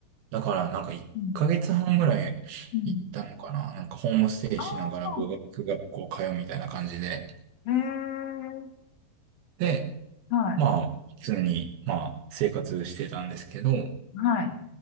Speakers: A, on the right; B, on the left.
A: だからなんか1ヶ月半ぐらい行ったのかな。
B: うん。うん。
A: なんかホームステイしながら語学学校通うみたいな感じで。
B: ああ、ええ
A: で、
B: はい。
A: まあ、普通に、まあ、生活してたんですけど、
B: はい。